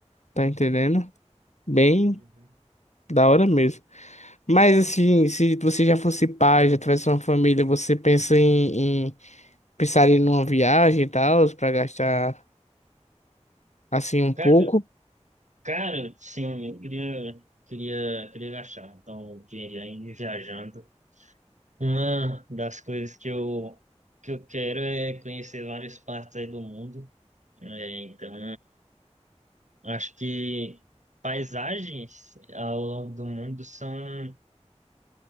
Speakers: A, on the left (about 70°); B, on the right (about 85°).
A: tá entendendo? Bem
B: Uhum.
A: da hora mesmo. Mas assim, se você já fosse pai, já tivesse uma família, você pensa em, em pensaria numa viagem e tal, pra gastar assim um
B: Cara,
A: pouco?
B: cara, sim, eu queria, queria, queria gastar. Então, o dinheiro aí viajando. Uma das coisas que eu, que eu quero é conhecer várias partes aí do mundo. É, então, acho que paisagens ao longo do mundo são